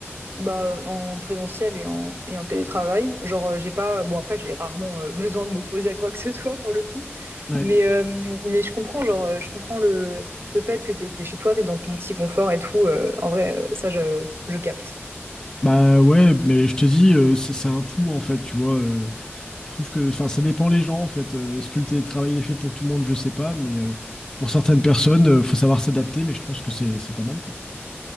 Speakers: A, on the right; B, on the left.
A: bah, en présentiel et en, et en télétravail. Genre, euh, j'ai pas, bon après j'ai rarement euh, besoin de m'opposer à quoi que ce soit pour le coup,
B: Ouais.
A: Mais, euh, mais je comprends, genre, euh, je comprends le, le fait que t'es, t'es chez toi, t'es dans ton petit confort et tout. euh, en vrai, euh, ça, je, je capte.
B: Bah ouais, mais je te dis, euh, c'est c'est un tout en fait, tu vois. euh, je trouve que, enfin, ça dépend les gens en fait. Euh, est-ce que le télétravail est fait pour tout le monde? Je sais pas, mais euh, pour certaines personnes, euh, faut savoir s'adapter. Mais je pense que c'est c'est pas mal, quoi.